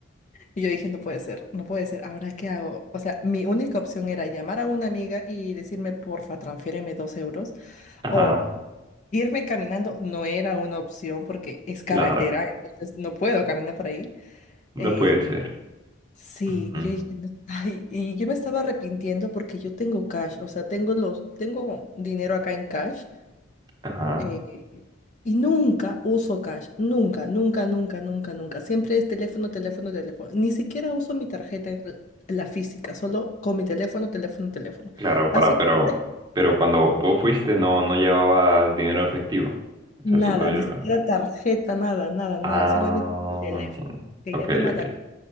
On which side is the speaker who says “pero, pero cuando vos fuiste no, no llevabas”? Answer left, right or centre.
Right